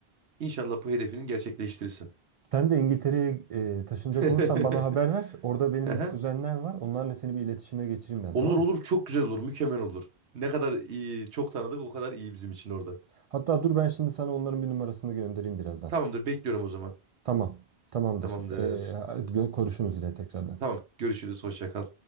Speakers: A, on the right; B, on the right.
A: İnşallah bu hedefini gerçekleştirirsin.
B: Sen de İngiltere'ye e, taşınacak
A: <laughs>
B: olursan bana haber ver. Orada benim
A: Aha.
B: kuzenler var. Onlarla seni bir iletişime geçireyim ben
A: Olur
B: tamam
A: olur
B: mı?
A: çok güzel olur, mükemmel olur. Ne kadar iyi, çok tanıdık o kadar iyi bizim için orada.
B: Hatta dur ben şimdi sana onların bir numarasını göndereyim birazdan.
A: Tamamdır, bekliyorum o zaman.
B: Tamam, tamamdır.
A: Tamamdır.
B: E, gö- konuşuruz yine tekrardan.
A: Tamam, görüşürüz. Hoşça kal.